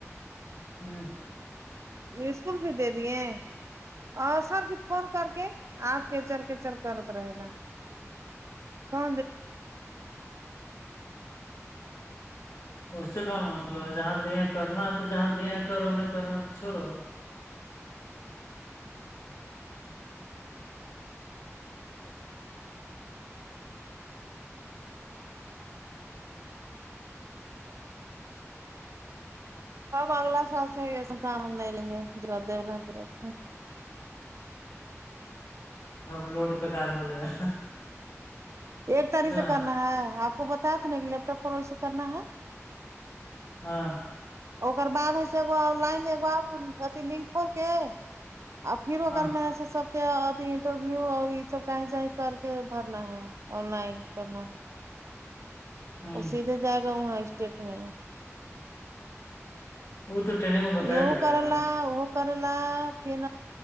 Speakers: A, on the left; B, on the right.
A: ہوں
B: اسکول بھی دے دیے اور سر کی فون کر کے آپ کیچر کیچر کرت رہے لا کو
A: اس سے کا مطلب ہے جہاں دیا کرنا تو جہاں دیا کرو نہیں کرنا تو چھوڑو
B: سب اگلا سال سے ایسے کام ہم لے لیں گے جر دے درت
A: اب لوٹ بیکار ہو لے گا
B: ایک تاریخ
A: نہ
B: سے کرنا ہے آپ کو بتایا تھا نا کہ لیپٹاپ پر ویے کرنا ہے
A: ہاں
B: ار بع ہےس لائن ا لنک پھول کے اور پھر اگر
A: ہاں
B: میں سے سب کے ا انٹرویو اور یہ سب کہیں جیں کر کے بھرنا ہے آن لائن کرنا ہے
A: ہاں
B: وہ سیدھے جا گا ہاں اسٹیٹ میں
A: وہ تو میں بتایا
B: یہ
A: جائے
B: کرلا
A: گا میم
B: وہ کر ل پھر